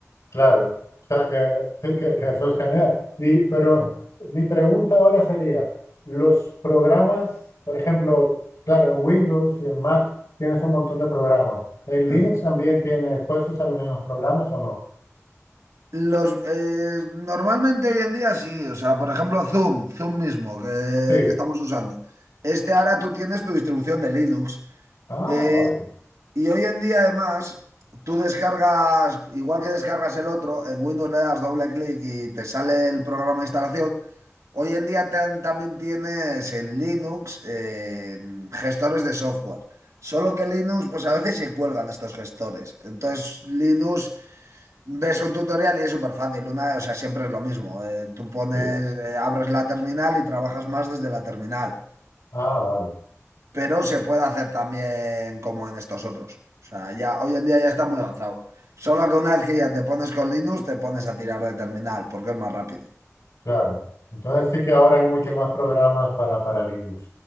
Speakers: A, on the left; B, on the right.
A: claro. O sea que sí, que, que eso es genial. Y, pero mi pregunta ahora sería, los programas, por ejemplo, claro, en Windows y en Mac tienes un montón de programas. En Linux
B: Hmm.
A: también tienes, ¿puedes usar los mismos programas o no?
B: Los, eh, normalmente hoy en día sí, o sea, por ejemplo, Zoom, Zoom mismo, que,
A: Sí.
B: que estamos usando. Este ahora tú tienes tu distribución de Linux.
A: Ah,
B: eh,
A: vale.
B: y hoy en día, además, tú descargas, igual que descargas el otro, en Windows le das doble clic y te sale el programa de instalación. Hoy en día tan- también tienes en Linux eh, gestores de software. Solo que Linux, pues a veces se cuelgan estos gestores. Entonces, Linux. Ves un tutorial y es súper fácil. Una, o sea, siempre es lo mismo. Eh, tú pones,
A: Sí.
B: eh, abres la terminal y trabajas más desde la terminal.
A: Ah, vale.
B: Pero se puede hacer también como en estos otros. O sea, ya hoy en día ya está muy avanzado. Solo que una vez que ya te pones con Linux, te pones a tirar de terminal, porque es más rápido.
A: Claro. Entonces sí que ahora hay muchos más programas para, para Linux.